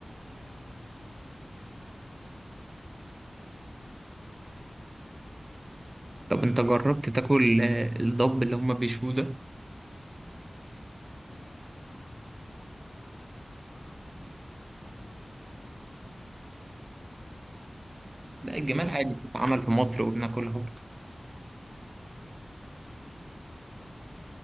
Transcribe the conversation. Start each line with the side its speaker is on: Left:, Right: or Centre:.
Left: يعني عليهم عندهم تقاليد حلوة يعني كده ممكن تبقى تجربها يعني لو جاتلك فرصة تروح هناك.
Right: طب انت جربت تاكل آه، الضب اللي هما بيشوه ده؟
Left: لا <laughs> الحمد لله ما كان جربت شكل وانا كنت باكل الجمال عادي كانوا بيعملوا والخرفان طبعا
Right: لا الجمال
Left: آه،
Right: عادي
Left: آه، كانت
Right: بتتعمل في مصر وبناكلها برضه
Left: اه والخرفان طبعا عندهم هناك